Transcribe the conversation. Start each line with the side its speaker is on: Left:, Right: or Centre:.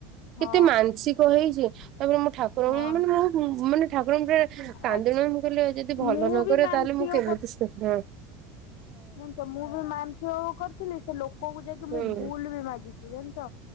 Left: ହଁ
Right: କେତେ ମାନସିକ କ ହେଇଚି ତାପରେ ମୁଁ ଠାକୁରଙ୍କୁ
Left: ହଁ
Right: ମାନେ ଭାବ ମାନେ ଠାକୁରଙ୍କ କିଏ କାନ୍ଦିଲି
Left: ଆଜ୍ଞା
Right: ମୁଁ କହିଲି ଆଉ ଯଦି
Left: ମୁଁ
Right: ଭଲ ନକରିବ
Left: ବି ମାନସିକ
Right: ତାହାଲେ ମୁଁ କେମିତି ଶିଘ୍ର
Left: ମୁଁ ତ ମୁଁ ବି ମାନସିକ କରିଥିଲି ସେ ଲୋକକୁ ଯାଇକି
Right: ହୁଁ
Left: ମୁଁ ଭୁଲ ବି ମାଗି ଜାଣିଚ